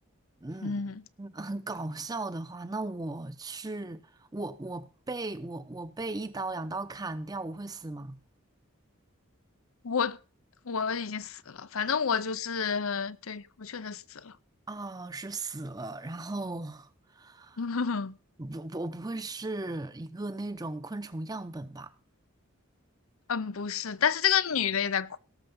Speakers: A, on the right; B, on the left.
A: 嗯，
B: 嗯。
A: 嗯很搞笑的话，那我是我我被我我被一刀两刀砍掉，我会死吗？
B: 我我已经死了，反正我就是，对，我确实死了。
A: 啊，是死了，然后 <laughs>
B: <laughs>
A: 不不我不会是一个那种昆虫样本吧？
B: 嗯，不是，但是这个女的也在哭，